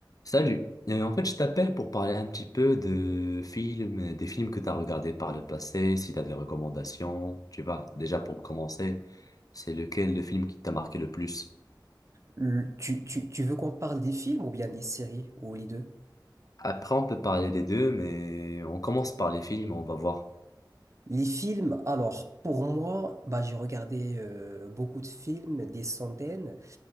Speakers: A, on the left; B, on the right.
A: Salut. Euh, en fait, je t'appelle pour parler un petit peu de films, des films que tu as regardés par le passé, si tu as des recommandations, tu vois. Déjà pour commencer, c'est lequel le film qui t'a marqué le plus?
B: Le- Tu, tu- tu veux qu'on parle des films ou bien des séries ou les deux?
A: Après, on peut parler des deux, mais on commence par les films, on va voir.
B: Les films, alors pour moi, bah, j'ai regardé euh, beaucoup de films, des centaines,